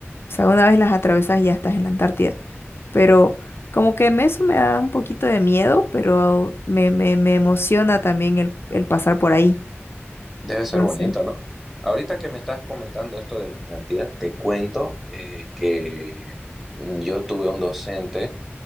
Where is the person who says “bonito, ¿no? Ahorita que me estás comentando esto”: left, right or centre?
Centre